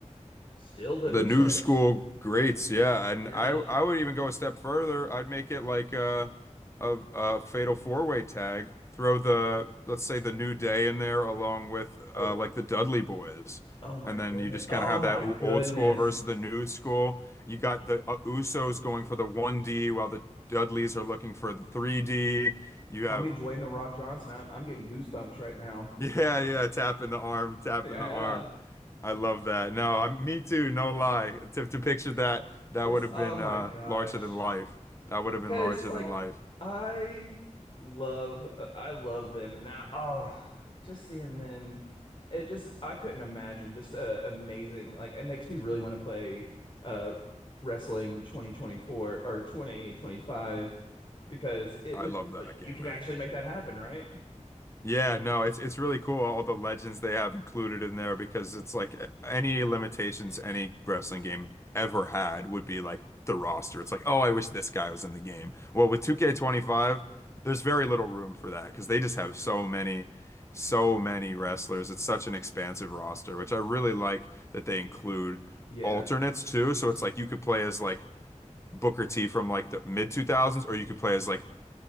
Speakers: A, on the left (about 40°); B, on the left (about 20°).
A: still the
B: The
A: Usos.
B: new school greats, yeah, and
A: Yeah.
B: I I would even go a step further. I'd make it like a a, a fatal four-way tag. Throw the let's say the New Day in there along with
A: Oh
B: uh, like the Dudley Boys,
A: Oh my
B: and
A: goodness.
B: then you just
A: Oh
B: kind of have
A: my
B: that o-
A: goodness.
B: old school versus the new school. You got the uh, Usos going for the 1D while the Dudleys are looking for the 3D. You
A: Call
B: have
A: me Dwayne the Rock Johnson. I'm I'm getting goosebumps right now. <laughs>
B: yeah, yeah, tapping the arm, tapping
A: Yeah.
B: the arm.
A: uh,
B: I love that. No, I, me too, no lie. To to picture that, that
A: Just
B: would have
A: oh
B: been
A: my
B: uh
A: gosh.
B: larger than life. That would have
A: 'Cause
B: been larger
A: like
B: than life.
A: I love uh, I love them and that oh just seeing them it just I couldn't imagine just uh, amazing. Like it makes me really want to play uh wrestling 2024 or 2025 because it
B: I
A: would
B: love that
A: like
B: game,
A: you can
B: man.
A: actually make that happen, right?
B: Yeah, no, it's it's really cool all the legends they have included in there because it's like a- any limitations any wrestling game ever had would be like the roster. It's like, oh, I wish this guy was in the game. Well, with 2K25, there's very little room for that because they just have so many, so many wrestlers. It's such an expansive roster, which I really like that they include
A: Yeah.
B: alternates too. So it's like you could play as like Booker T from like the mid 2000s, or you could play as like